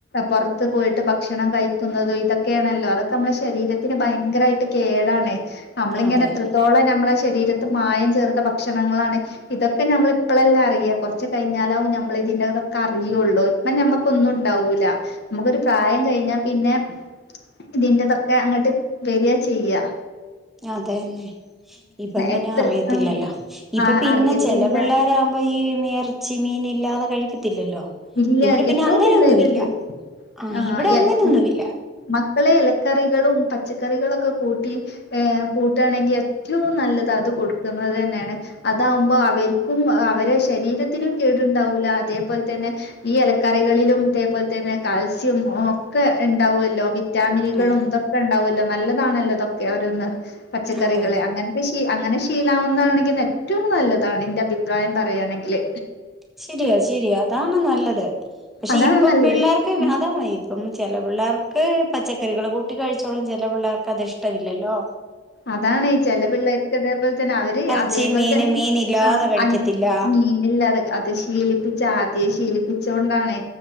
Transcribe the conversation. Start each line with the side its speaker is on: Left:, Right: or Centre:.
Left: പൊറത്ത് പോയിട്ട് ഭക്ഷണം കയിക്കുന്നത് ഇതൊക്കെയാണല്ലോ അതൊക്കെ നമ്മളെ ശരീരത്തിന് ഭയങ്കരായിട്ട് കേടാണേ. നമ്മളിങ്ങനെ
Centre: അതെന്നെ
Left: എത്രത്തോളം നമ്മളെ ശരീരത്ത് മായം ചേർത്ത ഭക്ഷണങ്ങളാണ് ഇതൊക്കെ ഞമ്മള ഇപ്പളല്ല അറിയ കുറച്ചു കഴിഞ്ഞാലാവും ഞമ്മൾ ഇതിന്റെ ഇതൊക്കെ അറിയുള്ളു അപ്പ ഞമ്മക്കൊന്നും ഉണ്ടാവൂല്ല നമുക്കൊരു പ്രായം കയിഞ്ഞാ പിന്നെ ഇതിന്റെതൊക്കെ അങ്ങോട്ട് വര്യാചെയ്യ
Centre: അതെന്നേ ഇപ്പം പിന്നെ
Left: എത്ര
Centre: അറിയത്തില്ലല്ലോ
Left: ആ
Centre: ഇപ്പൊ
Left: ആ
Centre: പിന്നെ
Left: അറിയത്തില്ല
Centre: ചെലപിള്ളേരാ ഇപ്പൊ ഈ മീ എറച്ചി മീൻ ഇല്ലാതെ കഴിക്കത്തില്ലല്ലോ
Left: ഇല്ല
Centre: ഇവിടെ പിന്നെ
Left: എത്രോ
Centre: അങ്ങനൊന്നുവില്ല
Left: പിള്ളേരുണ്ട്
Centre: ആഹ്
Left: ആ
Centre: ഇവിടെ
Left: എല
Centre: അങ്ങനൊന്നുവില്ല
Left: മക്കളെ എലക്കറികളും പച്ചക്കറികളൊക്കെ കൂട്ടി ഏഹ് കൂട്ടാണെങ്കി ഏറ്റവും നല്ലത് അത് കൊടുക്കുന്നത് തന്നേണ്. അതാവുമ്പോ അവര്ക്കും അവരെ ശരീരത്തിനും കേടുണ്ടാവൂല അതേപോൽ തന്നെ ഈ എലക്കറികളിലും ഇതേപോൽ തന്നെ കാൽസ്യം ഒക്കെ ണ്ടാവുല്ലോ വി റ്റാമിനുകളും
Centre: അതെ
Left: ഇതൊക്കെ ണ്ടാവുല്ലോ നല്ലതാണല്ലോ ഇതൊക്കെ ഓരൊന്ന് പച്ചക്കറികൾ
Centre: അതെ അതെ
Left: അങ്ങൻ ശീ അങ്ങനെ ശീലാവുന്നാണെങ്കി ഏറ്റവും നല്ലതാണ് ന്റെ അഭിപ്രായം പറയാണെങ്കില്.
Centre: ശെരിയ ശെരിയ അതാണ് നല്ലത് പക്ഷെ
Left: അതാണ്
Centre: ഇപ്പം
Left: നല്ലത്
Centre: പിള്ളേർ പിന്നെ
Left: ഉം
Centre: അതാണ് ഇപ്പം ചെല പിള്ളാർക്ക് പച്ചക്കറികള് കൂട്ടി കഴിച്ചോളും ചില പിള്ളാർക്ക് അത് ഇഷ് ഷ്ട്ടവില്ലല്ലോ
Left: അതാണ് ചെല പിള്ളേർക്ക് അതേപോലെ തന്നെ അവര്
Centre: ഇറച്ചി
Left: അതേപോൽ
Centre: മീന്
Left: തന്നെ
Centre: മീൻ ഇല്ലാതെ
Left: ആഹ്
Centre: കഴിക്കത്തില്ല
Left: അൻ മീനില്ലാതെ അത് ശീലിപ്പിച്ച ആദ്യെ ശീലിപ്പിച്ചോണ്ടാണെ